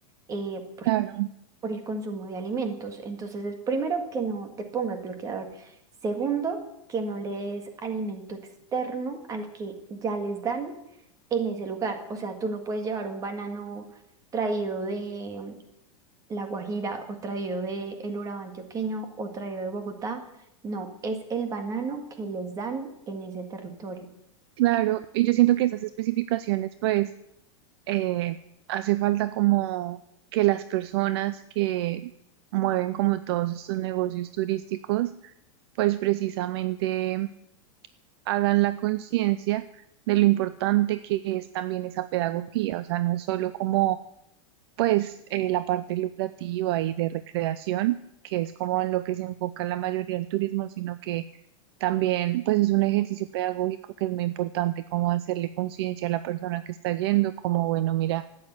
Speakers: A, on the right; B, on the right.
A: eh,
B: claro.
A: por el consumo de alimentos. Entonces, es primero que no te pongas bloqueador. Segundo, que no le des alimento externo al que ya les dan en ese lugar. O sea, tú no puedes llevar un banano traído de La Guajira o traído de el Urabá antioqueño o traído de Bogotá. No, es el banano que les dan en ese territorio.
B: Claro, y yo siento que esas especificaciones, pues, eh, hace falta como que las personas que mueven como todos estos negocios turísticos, pues precisamente hagan la conciencia de lo importante que es también esa pedagogía, o sea, no es solo como pues eh, la parte lucrativa y de recreación, que es como en lo que se enfoca la mayoría del turismo, sino que también pues es un ejercicio pedagógico que es muy importante, como hacerle conciencia a la persona que está yendo, como bueno, mira,